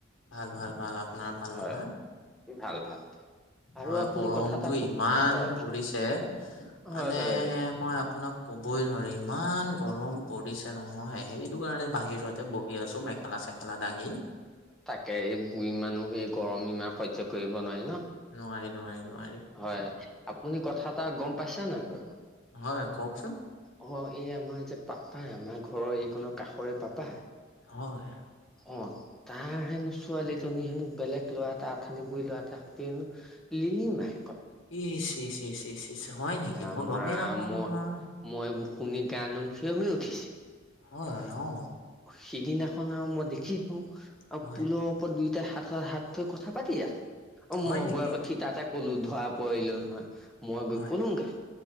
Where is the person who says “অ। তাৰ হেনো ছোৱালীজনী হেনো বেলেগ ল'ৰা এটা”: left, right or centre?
Centre